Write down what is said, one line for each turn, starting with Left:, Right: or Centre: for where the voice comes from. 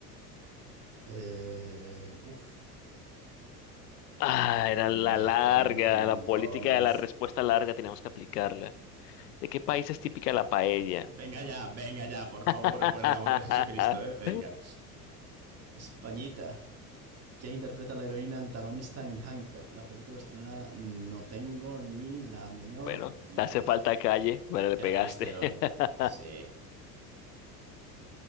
Right: Eh, uf.
Left: Ah, era la
Right: Nah,
Left: larga,
Right: Fernando Fernán
Left: la política
Right: Gómez.
Left: de la respuesta larga, teníamos que aplicarla. ¿De qué país es típica la paella?
Right: Venga ya, venga ya, por
Left: <laughs>
Right: favor, por el amor de Jesucristo, eh, venga. Españita. ¿Quién interpreta a la heroína antagonista en Hancock? La película estrenada. No tengo ni la menor
Left: Bueno,
Right: idea.
Left: te hace falta calle,
Right: Pero
Left: pero le
Right: Charlize
Left: pegaste.
Right: Theron.
Left: <laughs>
Right: Sí.